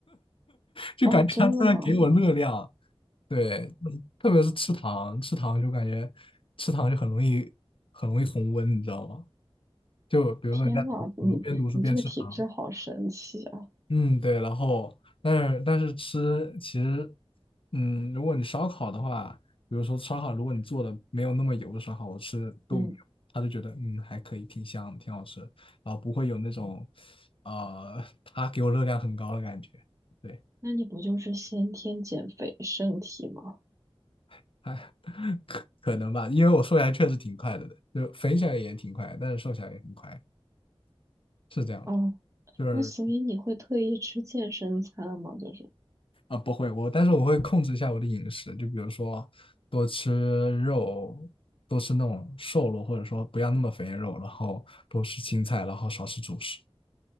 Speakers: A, on the left (about 60°); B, on the right (about 30°).
A: 就感觉他突然给我热量。
B: 哦，真的吗？
A: 对，嗯特别是吃糖，吃糖就感觉吃糖就很容易很容易红温，你知道吗？就比如说你在读书，
B: 天呐，你你这个体质好神奇啊！
A: 边读书边吃糖，嗯，对，然后但是但是吃其实，嗯，如果你烧烤的话，比如说烧烤，如果你做的没有那么油的烧烤，我吃都没有，
B: 嗯，
A: 他就觉得嗯还可以，挺香，挺好吃，然后不会有那种，呃，它给我热量很高的感觉，对。
B: 那你不就是先天减肥身体吗？
A: <laughs> 哎，可可能吧，因为我瘦下来确实挺快的的，就肥起来也挺快，但是瘦下来也很快，是这样的。
B: 哦，
A: 就是
B: 那所以你会特意吃健身餐吗？就是，
A: 啊，不会，我但是我会控制一下我的饮食，就比如说多吃肉，多吃那种瘦肉，或者说不要那么肥的肉，然后多吃青菜，然后少吃主食。